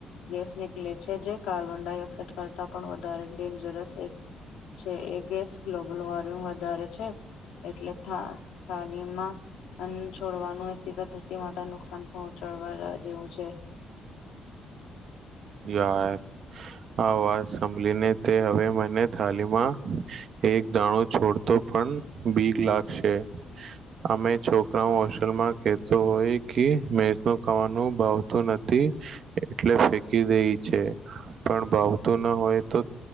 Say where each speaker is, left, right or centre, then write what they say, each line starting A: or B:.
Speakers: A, on the left; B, on the right.
A: ગેસ નીકલે છે જે કાર્બન ડાયોક્સાઇડ કરતાં પણ વધારે ડેન્જરસ એક છે, એ ગેસ ગ્લોબલ વોર્મિંગ વધારે છે. એટલે થા થાલીમાં અન્ન છોડવાનું એ સીધા ધરતી માતાને નુકસાન પહોંચાડવા જેવું છે.
B: હ યાર આ વાત સાંભલીને તે હવે મને થાલીમાં એક દાણો છોડતો પન બીક લાગશે. અમે છોકરાઓ હોસ્ટેલ માં કેતો હોય કે મેષનું ખાવાનું ભાવતું નથી એટલે ફેક કી દઈ છે. પણ ભાવતું ન હોય તો